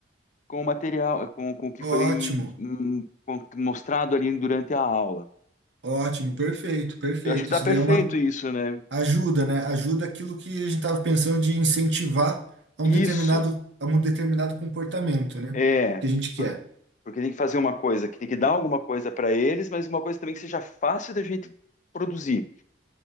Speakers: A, on the left (about 40°); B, on the right (about 65°).
A: com o material, com, com o que
B: Ótimo,
A: foi hum, com- mostrado ali durante a aula.
B: ótimo, perfeito, perfeito.
A: Eu acho que tá
B: Isso
A: perfeito
B: daí é uma
A: isso, né?
B: ajuda, né? Ajuda aquilo que a gente estava pensando de incentivar a um determinado,
A: Isso,
B: a um determinado comportamento, né?
A: é.
B: Que a gente quer,
A: Porque tem que fazer uma coisa que tem que dar alguma coisa para eles, mas uma coisa também que seja fácil da gente produzir.